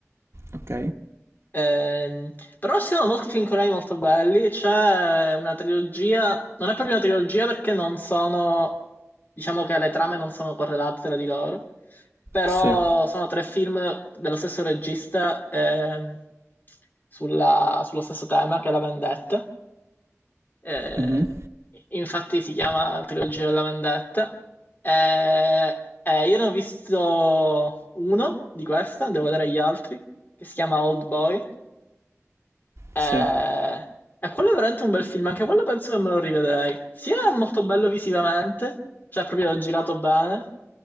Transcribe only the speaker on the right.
Ok.
Sì.
Mhm.
Sì.